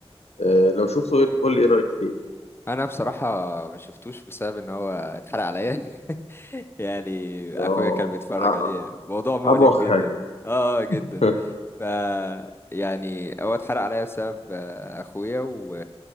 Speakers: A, on the left; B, on the left.
A: آه، لو شفته قول قول لي ايه رأيك فيه
B: أنا بصراحة ما شفتوش بسبب إن هو اتحرق عليا <laughs> يعني
A: اه
B: أخويا كان بيتفرج
A: أ-
B: عليه موضوع مؤلم
A: أبوخ
B: جدا
A: حاجة
B: آه آه، جدا
A: <laughs>
B: ف يعني هو اتحرق عليا بسبب آه، اخويا و...